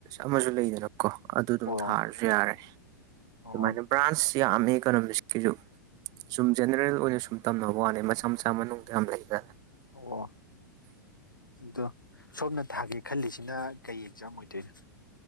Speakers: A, on the right; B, on the left.
A: ꯑꯃꯁꯨ ꯂꯩꯗꯅ ꯀꯣ ꯑꯗꯨ ꯑꯗꯨꯝ
B: ꯑꯣ
A: ꯊꯥꯔꯁꯨ
B: ꯑꯣ
A: ꯌꯥꯔꯦ
B: ꯑꯣ
A: ꯑꯗꯨꯃꯥꯏꯅ ꯕ꯭ꯔꯥꯟꯁ ꯌꯥꯝꯃꯦ ꯀꯩꯅꯣꯁꯨ ꯁꯨꯝ ꯖꯦꯅꯔꯦꯜ ꯑꯣꯏꯅ ꯁꯨꯝ ꯇꯝꯅꯕ ꯋꯥꯠꯅꯦ ꯃꯆꯥꯥ ꯃꯆꯥꯥ ꯃꯅꯨꯡꯗ ꯌꯥꯝ ꯂꯩꯕ꯭ꯔꯥ
B: ꯑꯣ ꯑꯗꯣ ꯁꯣꯝꯅ ꯊꯥꯒꯦ ꯈꯜꯂꯤꯁꯤꯅ ꯀꯩ ꯑꯦꯛꯖꯥꯝ ꯑꯣꯏꯗꯣꯏꯅꯣ